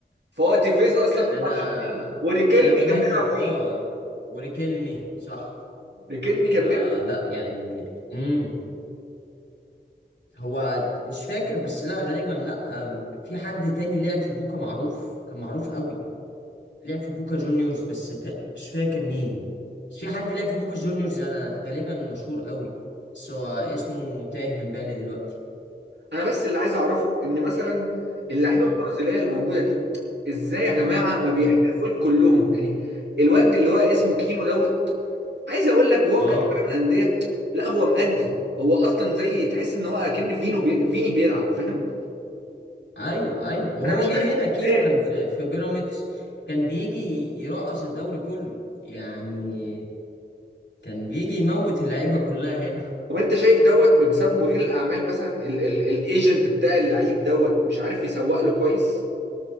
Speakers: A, on the right; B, on the left.
A: فهو تيفيز اصلا
B: يعني
A: كان
B: انا
A: ارجنتيني وريكيلمي
B: انا فاكر
A: كان بيلعب
B: اه
A: فيه
B: وريكيلمي صح
A: ريكيلمي كان
B: فلا
A: بيلعب
B: يعني امم هو مش فاكر بس لا غالبا لا أم، في حد تاني لعب في بوكا معروف كان معروف قوي لعب في بوكا جونيورز بس تا- مش فاكر مين بس في حد لعب في بوكا جونيورز انا غالبا مشهور قوي بس هو اسمه تايه من بالي دلوقتي
A: انا بس اللي عايز اعرفه ان مثلا اللعيبه
B: امم
A: البرازيليه الموجوده دي ازاي يا جماعه ما بيحترفوش
B: امم
A: كلهم يعني الواد اللي هو اسمه كينو دوت عايز اقول لك وهو
B: اه
A: في كاس العالم للانديه لا هو مأدي هو اصلا زي تحس ان هو اكن فينو بي... فيني بيلعب فاهم
B: ايوه ايوه وهو
A: انا مش
B: جه هنا
A: عارف
B: كينو كان في في بيراميدز كان بيجي يرقص الدوري كله يعني كان بيجي يموت اللعيبه كلها هنا
A: طب انت شايف دوت بسبب مدير الاعمال مثلا الايجنت بتاع اللعيب دوت مش عارف يسوق له كويس